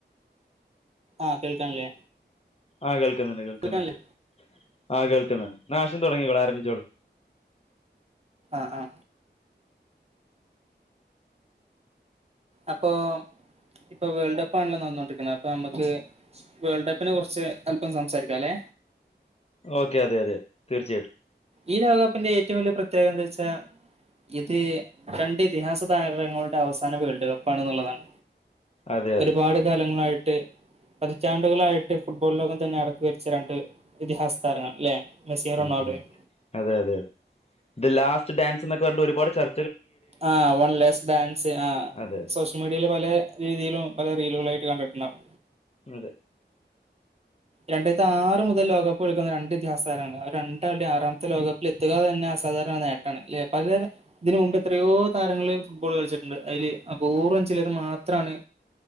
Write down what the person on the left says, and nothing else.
ആ കേൾക്കുന്നുണ്ട് കേൾക്കുന്നുണ്ട്
ആ കേൾക്കുന്നുണ്ട് ന്നാ ഹാഷിം തുടങ്ങിക്കോളൂ ആ വിളിച്ചോളു
ഓക്കെ അതെ അതെ അതെ തീർച്ചയായിട്ടും
അതെ അതെ
ഉം ഉം അതെ അതെ അതെ ഇത് ലാസ്റ്റ് ഡാൻസ് എന്നൊക്കെ പറഞ്ഞിട്ട് ഒരുപാട് ചർ
അതെ അതെ
അതെ